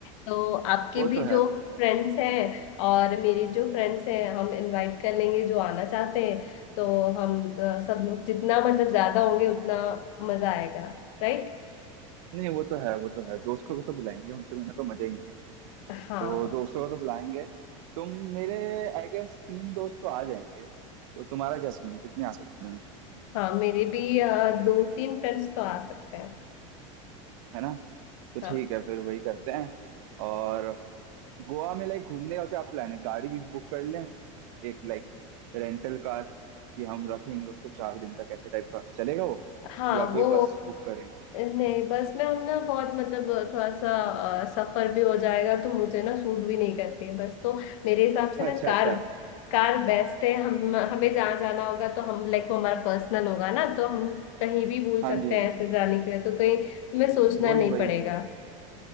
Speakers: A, on the left; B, on the right.
A: तो आपके
B: वो
A: भी
B: तो
A: जो
B: है वो तो
A: फ्रेंड्स
B: है
A: हैं और मेरी जो फ्रेंड्स हैं हम इनवाइट कर लेंगे जो आना चाहते हैं तो हम अ, सब लोग जितना मतलब ज्यादा होंगे उतना मजा आएगा राइट
B: नहीं वो तो है वो तो है दोस्तों को तो बुलाएंगे उनके बिना तो मजा ही नहीं
A: हाँ
B: तो दोस्तों को तो बुलाएंगे तुम मेरे आई गेस तीन दोस्त तो आ जाएंगे तो तुम्हारा क्या सीन है कितने आ सकते हैं
A: हाँ मेरे भी अ, दो तीन फ्रेंड्स तो आ सकते हैं
B: है ना तो
A: हाँ
B: ठीक है फिर वही करते हैं और गोवा में लाइक घूमने का क्या प्लान है गाड़ी भी बुक कर लें एक लाइक रेंटल कार कि हम रखेंगे उसको चार दिन तक ऐसे टाइप का चलेगा वो
A: हाँ
B: या कोई
A: वो
B: बस बुक करें
A: नहीं बस में हम ना बहुत मतलब थोड़ा सा अ, सफर भी हो जाएगा तो मुझे ना सूट भी नहीं करती है बस तो मेरे हिसाब
B: <laughs>
A: से ना
B: अच्छा
A: कार
B: अच्छा
A: कार बेस्ट है हम हमें जहाँ जाना होगा तो हम लाइक वो हमारा पर्सनल होगा ना तो हम कहीं भी भूल
B: हाँ
A: सकते
B: जी हाँ
A: हैं
B: जी
A: ऐसे जाने के लिए तो कहीं हमें सोचना
B: वही
A: नहीं
B: वही
A: पड़ेगा
B: वही